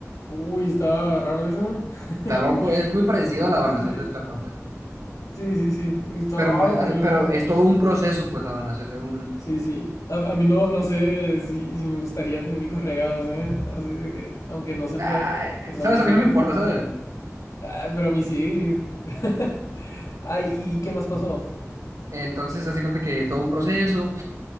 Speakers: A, on the left; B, on the right.
A: Uy, está raro eso.
B: Está
A: <laughs>
B: loco, es muy parecido a la donación
A: Sí,
B: de esperma, pues.
A: sí, sí, sí. Uy, está
B: Pero
A: raro,
B: pues, hace-
A: güey, a
B: pero
A: mí-
B: es todo un proceso, pues, la donación de óvulos.
A: Sí, sí. A, a mí no, no sé si, si me gustaría tener hijos regados, ¿eh? Así de que, aunque no sepa
B: Ay,
A: que son
B: ¿sabes?
A: mis
B: A mí
A: hijos.
B: no me importa, ¿sabes?
A: Ay, pero a mí sí. <laughs> Ay, ¿y qué más pasó?
B: Entonces, hace cuenta que es todo un proceso.